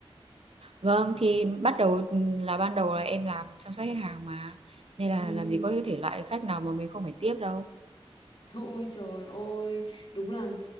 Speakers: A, on the right (about 75°); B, on the left (about 60°).
A: vâng thì bắt đầu là ban đầu là em làm chăm sóc khách hàng mà nên là
B: Ừ.
A: làm gì có cái thể loại khách nào mà mình không phải tiếp đâu
B: Thôi trời ơi, đúng là